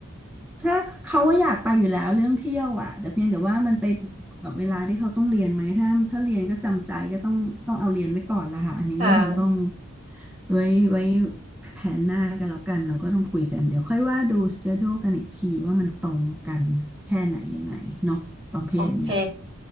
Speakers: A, in the centre; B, on the right.
A: ถ้าเขาว่าอยากไปอยู่แล้วเรื่องเที่ยวอ่ะแต่เพียงแต่ว่ามันไปกับเวลาที่เขาต้องเรียนไหมถ้าถ้าเรียนก็จำใจก็ต้องต้องเอาเรียนไว้ก่อนละค่ะอันนี้ก็คงต้อง
B: <laughs> ค่ะ
A: ไว้ไว้แผนหน้ากันแล้วกันเราก็ต้องคุยกันเดี๋ยวค่อยว่าดูสเกจ e กันอีกทีว่ามันตรงกันแค่ไหนยังไงเนาะประเภทเนี้ย
B: โอเค